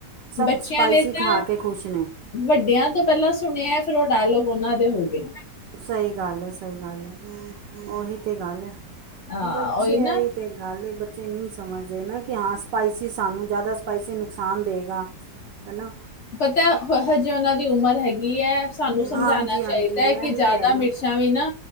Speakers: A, on the right (about 80°); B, on the left (about 50°).
A: ਸਭ
B: ਬੱਚਿਆਂ
A: ਸਪਾਈਸੀ
B: ਨੇ
A: ਖਾ
B: ਤਾਂ
A: ਕੇ ਖੁਸ਼ ਨੇ।
B: ਵੱਡਿਆਂ ਤੋਂ ਪੈਲਾਂ ਸੁਣਿਆ ਫਿਰ ਓ ਡਾਇਲੋਗ ਉਨਾਂ ਦੇ ਹੋ ਗਏ।
A: ਸਈ ਗੱਲ ਐ-ਸਈ ਗੱਲ ਐ ਉਹੀ ਤੇ ਗੱਲ ਐ
B: ਹਾਂ
A: ਬੱਚੇ
B: ਉਹੀ ਨਾ
A: ਐ ਈ ਤੇ ਨਾਲੇ ਬੱਚੇ ਨਈ ਸਮਝਦੇ ਨਾ ਕਿ ਹਾਂ ਸਪਾਈਸੀ ਸਾਨੂੰ ਜਾਦਾ ਸਪਾਈਸੀ ਨੁਕਸਾਨ ਦੇਗਾ। ਹਨਾ।
B: ਪਤਾ ਹਜੇ ਉਨਾਂ ਦੀ ਉਮਰ ਹੈਗੀ। ਗੀ ਐ ਸਾਨੂੰ ਸਮਝਾਣਾ
A: ਹਾਂਜੀ ਹਾਂਜੀ
B: ਚਾਈਦਾ
A: ਇਹ
B: ਐ ਕਿ
A: ਵੀ
B: ਜਾਦਾ
A: ਤਾਂ ਹੈ ਨਾ
B: ਮਿਰਚਾਂ ਵੀ ਨਾ